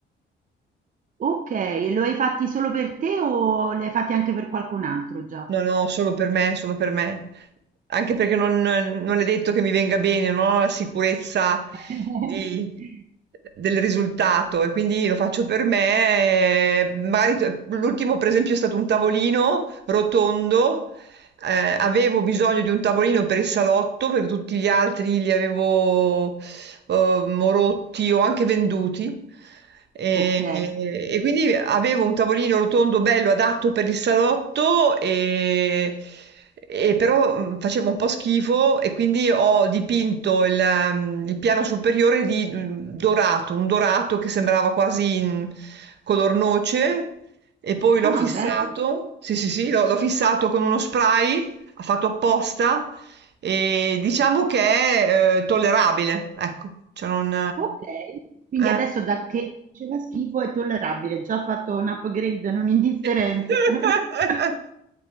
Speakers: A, on the right; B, on the right.
A: ok, e lo hai fatti solo per te o li hai fatti anche per qualcun altro già?
B: No, no, solo per me, solo per me. Anche perché non, non è detto che mi venga bene, non ho la sicurezza
A: <laughs>
B: di- del risultato e quindi lo faccio per me. e Magari t- l'ultimo, per esempio, è stato un tavolino rotondo. eh, avevo bisogno di un tavolino per il salotto, perché tutti gli altri li avevo ehm, o rotti o anche venduti. E,
A: Ok.
B: e quindi avevo un tavolino rotondo bello adatto per il salotto e, e però mh, facevo un po' schifo e quindi ho dipinto il, ehm, il piano superiore di mh, dorato, un dorato che sembrava quasi in color noce e poi l'ho
A: Ah,
B: fissato,
A: bello.
B: sì sì sì, l'ho l'ho fissato con uno spray, ha fatto apposta e diciamo che è, ehm, tollerabile, ecco, cioè non
A: Okay, quindi
B: eh.
A: adesso da che faceva schifo è tollerabile, già ha fatto un upgrade non indifferente.
B: <laughs>
A: <laughs>